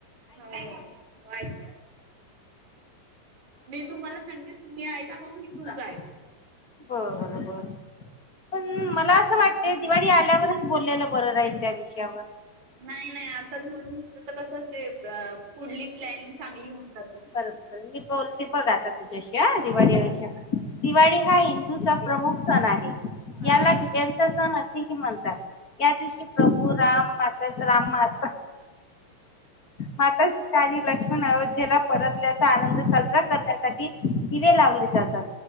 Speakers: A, on the right; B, on the left.
A: हो व्हय व्हय. मी तुम्हाला सांगेन तुम्ही ऐ का मग मी तुमचं
B: अ
A: आईकेन.
B: बर बर पण मला असं वाटत ते दिवाळी आल्यावरच बोललेल बरं राहील त्या विषयावर
A: नाही नाही आताच बोलून घेतलं तर कसं ते पुढली प्लॅनिंग चांगली होऊन जाते.
B: <unintelligible> बोलते बघ आता तुझ्याशी ह
A: हा
B: दिवाळीे
A: बोला बोला
B: दिवाळी ह्हिंदूचा प्रमुख सण आहे.
A: हा.
B: याला दिव्यांचा सण असेही म्हणतात या दिवशी प्रभू राम माता राम माता माता सीता आणि लक्ष्मण अयोध्येला परतल्याचा आनंद साजरा करण्यासाठी दिवे लावले जातात.